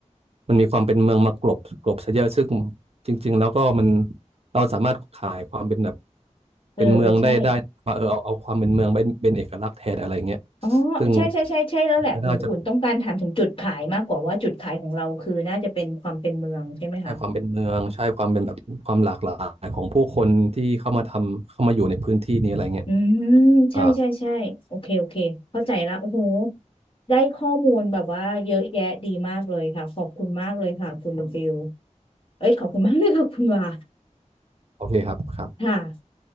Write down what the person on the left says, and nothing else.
เออเออใช่
อ๋อใช่ใช่ใช่ใช่แล้วแหละอุ่นอุ่นต้องการถามถึงจุดขายมากกว่าว่าจุดขายของเราคือน่าจะเป็นความเป็นเมืองใช่ไหมคะ
อืมใช่ใช่ใช่โอเคโอเคเข้าใจแล้วโอ้โห
ได้ข้อมูลแบบว่าเยอะแยะดีมากเลยค่ะขอบคุณมากเลยค่ะคุณฟิลเอ้ยขอบคุณมากเลยค่ะคุณวา
ค่ะ